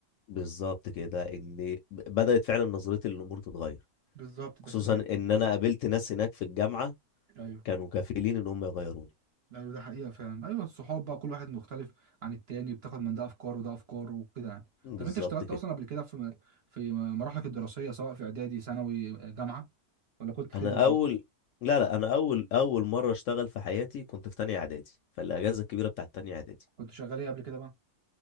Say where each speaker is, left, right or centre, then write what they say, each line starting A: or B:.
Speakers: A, on the left (about 65°); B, on the right (about 50°).
A: بالظبط كده ان بدأت فعلا نظرتي للامور تتغير
B: بالظبط ده
A: خصوصا
B: حقيقة
A: ان انا قابلت ناس هناك في الجامعه
B: ايوه
A: كانوا كفيلين ان هم يغيروني
B: ايوه ده حقيقة فعلا ايوه الصحاب بقى كل واحد مختلف عن التاني بتاخد من ده افكار وده افكار وكده يعني
A: بالظبط
B: طب انت اشتغلت
A: كده
B: اصلا قبل كده في م- في مراحلك الدراسية سواء في اعدادي ثانوي جامعة ولا كنت
A: انا
B: بتدرس
A: اول
B: بس
A: لا لا انا اول اول مره اشتغل في حياتي كنت في تانية اعدادي فالاجازه الكبيره بتاعت تانية اعدادي
B: كنت شغال ايه قبل كده بقى